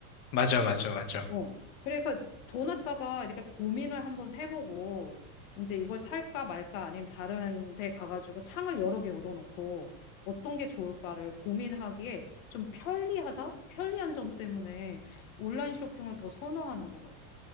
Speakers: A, on the left; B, on the left.
A: 맞아, 맞아, 맞아.
B: 어. 그래서 돈 갖다가 이렇게 고민을 한번 해보고, 이제 이걸 살까 말까 아니면 다른 데 가가지고 창을 여러 개 열어놓고 어떤 게 좋을까를 고민하기에 좀 편리하다? 편리한 점 때문에 온라인 쇼핑을 더 선호하는 것 같아,